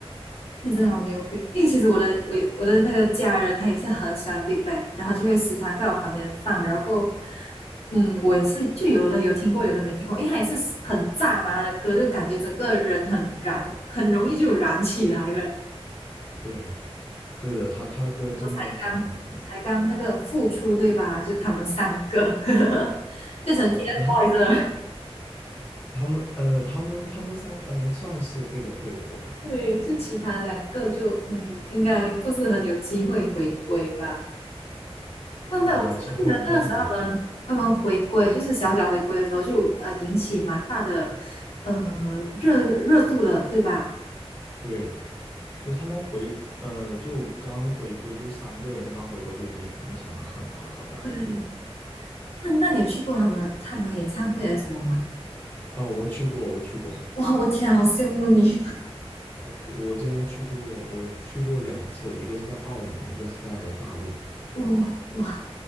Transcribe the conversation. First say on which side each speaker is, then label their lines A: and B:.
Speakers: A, on the left; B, on the left.
A: 你真的好牛逼！因为其实我的我我的那个家人他也是很喜欢 Big Bang，然后就会时常在我旁边放，然后过，嗯，我也是就有的有听过，有的没听过，因为他也是很炸嘛的歌，就感觉整个人很燃，很容易就燃起来了。
B: 对，对的，他他歌真的很好听。
A: 我才刚才刚那个复出对吧？就他们三个 <laughs> 变成
B: 呃，
A: TFBOYS
B: 他
A: 了，
B: 他们呃他们他们三嗯、呃、算是对的对的对的。
A: <laughs> 对，就其他两个就嗯，应该不是很有机会回归吧。但那我真的记得那个时候他们他们回归，
B: 呃，其他两个很难。
A: 就是小小回归的时候就呃引起蛮大的呃热热度的，对吧？
B: 对，就是他们回呃就刚回归，就三个人刚回国就已经影响了很大很大一批人。
A: 对，那那你有去过他们他们演唱会还是什么吗？
B: 哦，我去过，我去过。
A: <laughs> 哇，我天啊好羡慕你！
B: 我之前去过，我去过两次，一个是在澳门，一个是在大陆。
A: <laughs> 哇哇，